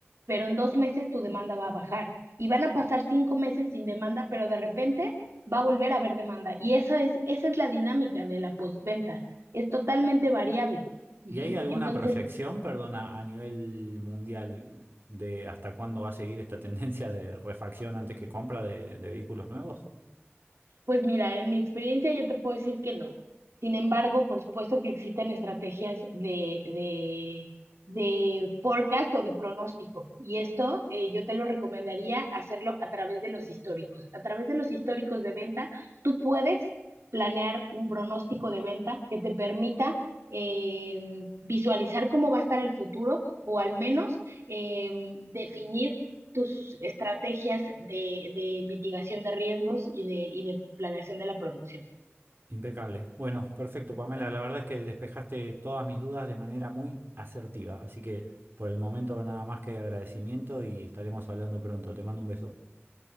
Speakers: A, on the right (about 70°); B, on the right (about 50°).
A: pero en dos meses tu demanda va a bajar y van a pasar cinco meses sin demanda, pero de repente va a volver a haber demanda. Y eso es, esa es la dinámica de la postventa, es totalmente variable. Ujú.
B: ¿Y hay alguna
A: Entonces,
B: proyección, perdona, a nivel mundial de hasta cuándo va a seguir esta <laughs> tendencia de refacción antes que compra de de vehículos nuevos?
A: Pues mira, en mi experiencia yo te puedo decir que no. Sin embargo, por supuesto que existen estrategias de, de, de forecast o de pronóstico. Y esto eh, yo te lo recomendaría hacerlo a través de los históricos. A través de los históricos de venta, tú puedes planear un pronóstico de venta que te permita em, visualizar cómo va a estar el futuro o al menos em, definir tus estrategias de, de mitigación de riesgos y de, y de planeación de la producción.
B: Impecable. Bueno, perfecto, Pamela. La verdad es que despejaste todas mis dudas de manera muy asertiva. Así que por el momento nada más que agradecimiento y estaremos hablando pronto. Te mando un beso.